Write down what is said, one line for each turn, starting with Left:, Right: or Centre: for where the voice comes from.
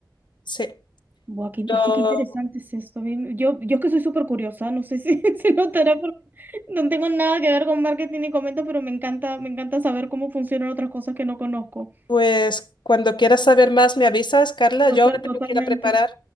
Left: Sí.
Right: Buah, qué, inte-
Left: Pero,
Right: es que qué interesante es esto. a mí- Yo, yo es que soy súper curiosa, no sé si <laughs> se notará, porque no tengo nada que ver con marketing ni comento, pero me encanta, me encanta saber cómo funcionan otras cosas que no conozco.
Left: pues cuando quieras saber más, me avisas, Carla.
Right: Total-
Left: Yo ahora tengo
Right: totalmente.
Left: que ir a preparar